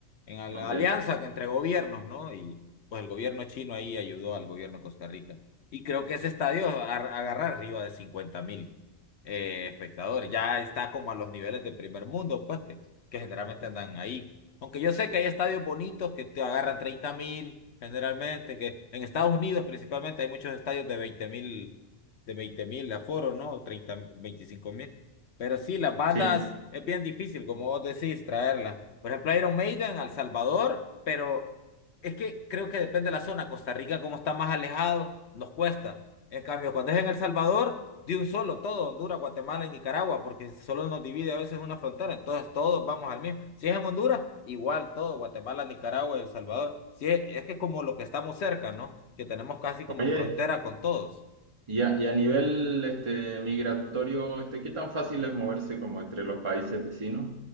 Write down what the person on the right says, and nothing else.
Ok,
sí.
Oye,
y a, y a nivel, este, migratorio, este, ¿qué tan fácil es moverse como entre los países vecinos?